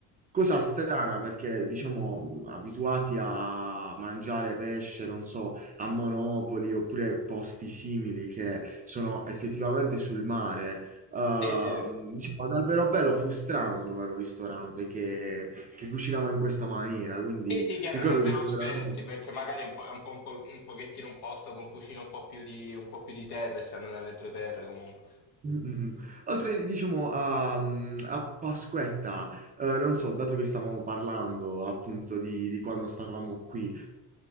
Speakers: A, on the right; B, on the left.
A: Cosa strana perché, diciamo, mh, abituati a mangiare pesce, non so, a Monopoli oppure posti simili che sono effettivamente sul mare, ehm,
B: Sì, sì.
A: diciamo, ad Alberobello fu strano trovare un ristorante che, che cucinava in questa maniera, quindi
B: Sì, sì, chiaro,
A: ricordo
B: non te
A: che
B: lo
A: fu
B: aspetti
A: veramente...
B: perché magari è un po', è un po', un po', un pochettino un posto con cucina un po' più di, un po' più di terra, essendo nell'entroterra comunque.
A: Mm, mm, mm. Oltre, diciamo, a, mm, a Pasquetta, eh, non so, dato che stavamo parlando appunto di, di quando stavamo qui, eh,